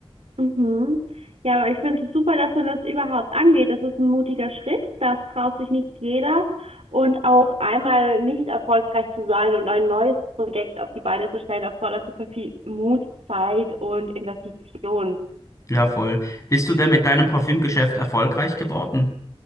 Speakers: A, on the right (about 80°); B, on the left (about 30°).
A: Mhm. Ja, aber ich finde es super, dass man das überhaupt angeht. Das ist ein mutiger Schritt. Das traut sich nicht jeder. Und auch einmal nicht erfolgreich zu sein und ein neues Projekt auf die Beine zu stellen, erfordert super viel Mut, Zeit und Investition.
B: Ja, voll. Bist du denn mit deinem Parfümgeschäft erfolgreich geworden?